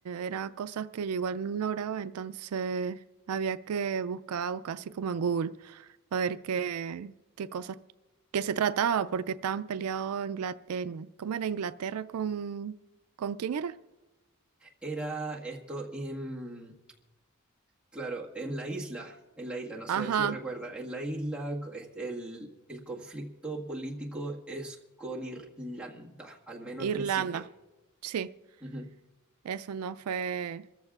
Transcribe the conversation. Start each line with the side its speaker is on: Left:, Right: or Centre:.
Right: eran cosas que yo igual no lograba, entonces había que buscar, buscar así como en Google, para ver qué, qué cosas, qué se trataba, porque estaban peleados Ingla- en, ¿cómo era? Inglaterra con, ¿con quién era?
Centre: era esto, em, Claro, en la isla, en la isla, no sé
Right: Ajá,
Centre: si recuerda, en la isla este, el, el conflicto político es con Irlanda, al menos
Right: Irlanda,
Centre: al principio.
Right: sí.
Centre: Ujú,
Right: Eso no fue,